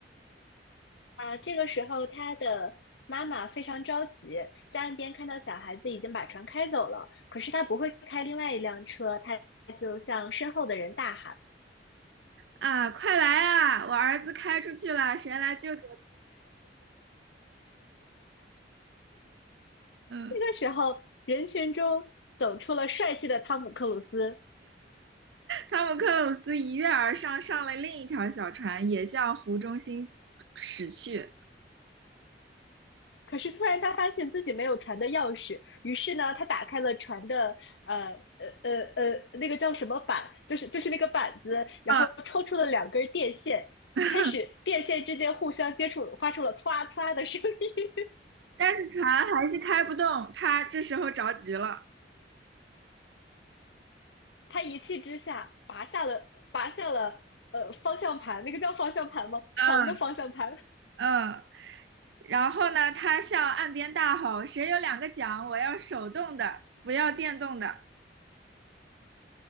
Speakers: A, on the left; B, on the right.
A: 啊、这个时候他的妈妈非常着急，在岸边看到小孩子已经把船开走了，可是他不会开另外一辆车，他就向身后的人大喊。
B: 啊，快来啊！我儿子开出去了，谁来救救？嗯，
A: 这个时候，人群中走出了帅气的汤姆·克鲁斯。
B: 汤姆克鲁斯一跃而上，上了另一条小船，也向湖中心驶去。
A: 可是突然，他发现自己没有船的钥匙，于是呢，他打开了船的呃呃呃呃那个叫什么板，就是就是那个板子，然后抽出了两根电线，
B: 啊，<laughs>
A: 开始电线之间互相接触，发出了歘歘的声音。
B: 但是船还是开不动，他这时候着急了。
A: 他一气之下拔下了拔下了呃方向盘，那个叫方向盘吗？
B: 嗯
A: 床的方向盘，
B: 嗯。然后呢，他向岸边大吼：“谁有两个桨？我要手动的，不要电动的。”